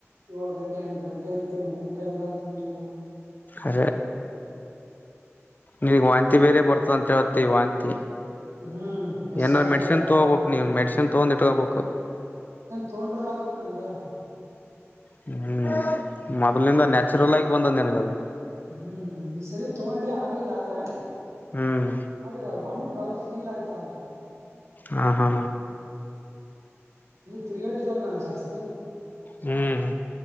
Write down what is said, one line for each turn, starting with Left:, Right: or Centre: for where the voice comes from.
Right: ಏಳ ಗಂಟೆ ಎಂಟು ಗಂಟೆ ಇರ್ತೀನಿ ಊಟ ಇಲ್ಲ ತಿಂಡಿ ಇಲ್ಲ
Left: ಅ ನಿಗ್ ವಾಹಂತಿ ಬೇರೆ ಬರ್ತದೆ ಅಂತ ಹೇಳ ತ ವಂತಿ
Right: ಹ್ಮ್ ಬಸ್ಸಲ್ಲಿ
Left: ಏನ್ರ
Right: ಹಾಕ್
Left: ಮೆಡಿಸನ್
Right: ಬರಲ್ಲ ನನ್ಗ
Left: ತಗೋಬೇಕು ನೀವ ಮೆಡಶನ್ ತಗೊಂಡ್ ಇಟ್ಕೋಗಬೇಕು
Right: ತೊಂಡ್ರ ಆಗತ್ ನನಗ.
Left: ಹ್ಮ್ ಮೊದಲಿಂದ ನ್ಯಾಚುರಲ್ ಆಗಿ ಬಂದದ ನಿನಗ್ ಅದು.
Right: ಹ್ಮ್ ನೀ ಸರಿ ತಗೊಂಡೆ ಆಗ್ಲಿಲ್ಲ ಆದ್ರ
Left: ಹ್ಮ್
Right: ಆದ್ರ ವಾಮಿಟ್ ಬರೋ ಫೀಲ್ ಆಯ್ತ ಆದ್ರ
Left: ಹಾ ಹಾ
Right: ತಿರುಗೇಡಿ ಇಲ್ಲಲ್ಲ ನಾನ್ ಜಾಸ್ತಿ
Left: ಹ್ಮ್